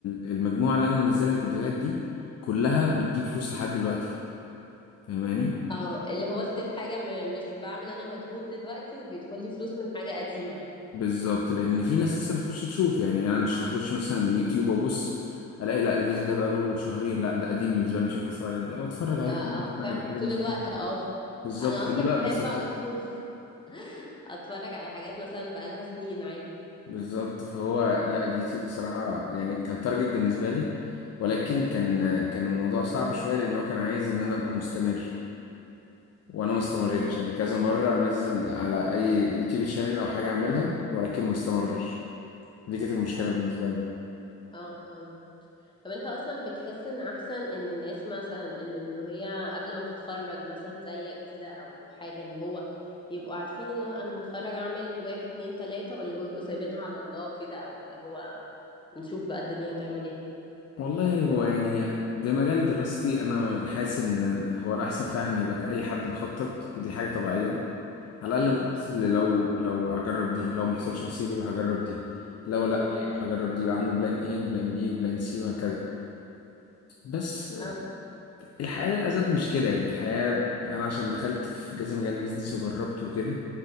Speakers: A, on the left (about 55°); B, on the left (about 15°).
A: المجموعة اللي انا منزلها الفيديوهات دي كلها بتجيب فلوس لحد دلوقتي فاهماني
B: اه اللي هو ستيل حاجة م مش بعمل انا مجهود دلوقتي وبيدخل لي فلوس من حاجة قديمة يعني
A: بالظبط لان في ناس لسه بتخش تشوف يعني انا مش هخش مثلا يوتيوب وابص الاقي لا الفيديو ده بقاله شهرين لا ده قديم بالنسبة لي مش هينفع اتفرج عليه لا بتفرج
B: لا
A: عادي ممكن
B: اه
A: اتفرج
B: فعلا
A: على حاجة من
B: طول
A: زمان
B: الوقت اه
A: بالظبط
B: انا
A: فدي
B: اصلا
A: بقى
B: بحب
A: بس
B: على طول <laughs> اتفرج على حاجات مثلا بقالها سنين عادي جدا
A: بالظبط فهو لا اليوتيوب بصراحة يعني كان تارجت بالنسبة لي ولكن كان كان الموضوع صعب شوية لأن هو كان عايز إن أنا أبقى مستمر وأنا ما استمرتش
B: بالظبط
A: يعني كذا مرة أنزل على أي يوتيوب تشانل أو حاجة أعملها ولكن ما استمرش
B: مم.
A: دي كانت المشكلة
B: ايوه
A: بالنسبة لي
B: اه فهمت طب انت اصلا بتحس ان احسن ان الناس مثلا ان من وهي قبل ما تتخرج مثلا زيك كده او حاجة اللي هو يبقوا عارفين اللي هو انا هتخرج اعمل واحد اتنين تلاتة ولا هو بيبقوا سايبينها على الله كده او اللي هو نشوف بقى الدنيا هتعمل ايه
A: والله هو يعني بمجال دراستي انا حاسس ان هو الاحسن فعلا يبقى اي حد مخطط ودي حاجه طبيعيه على الاقل
B: امم
A: مخطط اللي لو لو هجرب دي لو ما حصلش نصيب يبقى هجرب دي لو لا
B: امم
A: يبقى هجرب دي يبقى عنده بلان ايه وبلان بي وبلان سي وهكذا بس
B: اه
A: الحياه للاسف مش كده يعني الحياه انا عشان دخلت في كذا مجال بيزنس وجربت وكده